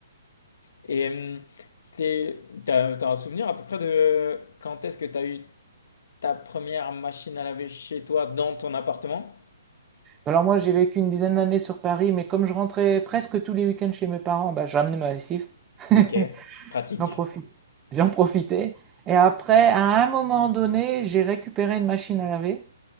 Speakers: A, on the left; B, on the right.
A: Et hum, c'était, t'as, t'as un souvenir à peu près de quand est-ce que t'as eu ta première machine à laver chez toi dans ton appartement?
B: Alors moi, j'ai vécu une dizaine d'années sur Paris, mais comme je rentrais presque tous les week-ends chez mes parents, bah, je ramenais ma lessive. <laughs>
A: Ok, pratique.
B: J'en profite j'en profitais. Et après, à un moment donné, j'ai récupéré une machine à laver.